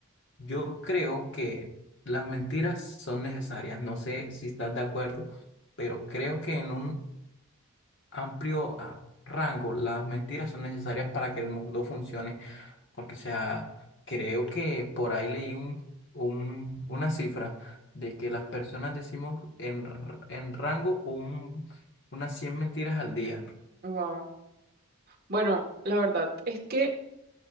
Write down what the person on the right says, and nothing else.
Wow. Bueno, la verdad es que,